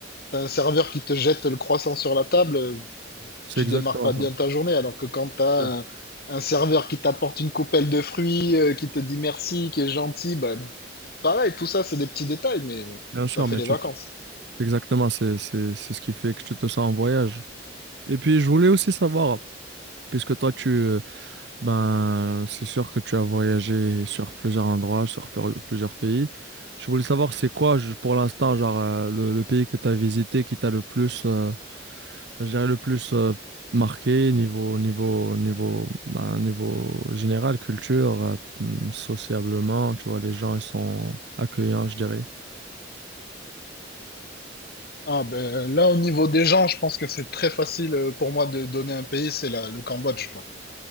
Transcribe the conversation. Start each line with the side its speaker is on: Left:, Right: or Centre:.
Left: as un serveur qui te jette le croissant sur la table,
Right: c'est
Left: tu
Right: exactement
Left: démarres pas
Right: ça.
Left: bien ta journée, alors que quand tu
Right: C'est
Left: as
Right: sûr.
Left: un, un serveur qui t'apporte une coupelle de fruits, euh, qui te dit merci, qui est gentil, bah, pareil, tout ça, c'est des petits détails, mais
Right: Bien sûr,
Left: ça fait
Right: mais
Left: les
Right: tu,
Left: vacances.
Right: tu- c'est exactement, c'est, c'est, c'est ce qui fait que tu te sens en voyage. Et puis, je voulais aussi savoir, puisque toi, tu, euh, ben, c'est sûr que tu as voyagé sur plusieurs endroits, sur pleur- plusieurs pays. Je voulais savoir, c'est quoi, je- pour l'instant, genre, euh, le, le pays que tu as visité qui t'a le plus. euh, Je dirais le plus euh, marqué niveau niveau niveau bah, niveau général culture euh, hmm, sociablement tu vois les gens ils sont accueillants je dirais
Left: Ah ben là au niveau des gens, je pense que c'est très facile euh, pour moi de donner un pays, c'est la- le Cambodge quoi.